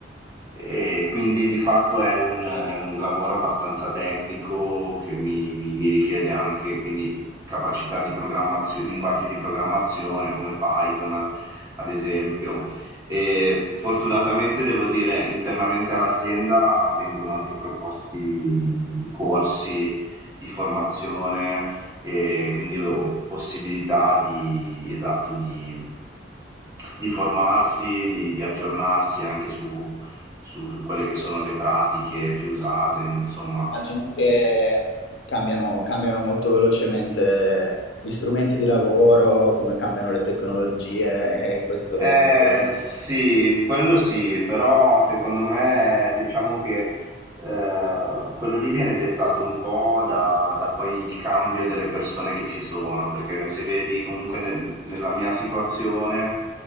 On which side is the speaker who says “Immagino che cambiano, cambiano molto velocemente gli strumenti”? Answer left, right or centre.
Left